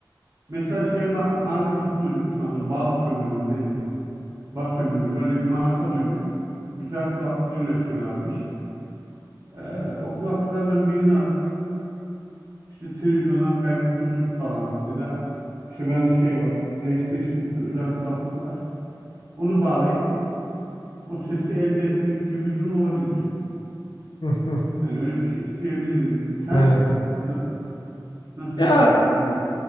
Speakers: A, on the right; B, on the left.
A: Mesela şey ma- markası duydum şu anda. Bas sömürür nedir? Bas sömürür öyle bir marka duydum. Güzel kulaklıklar üretiyorlarmış. Ee, o kulaklıklardan birini alıp İşte televizyona belki Bluetooth falan ya da işte bende şey var. PlayStation için özel kulaklık var. Onu bağlayıp o sesi elde etmek gibi bir durum olabilir.
B: Hı, hı,
A: Yani öyle bir şey isteyebilirim. Sen
B: Evet. evet.
A: na- nasıl
B: Ya
A: yaparsın bu işi?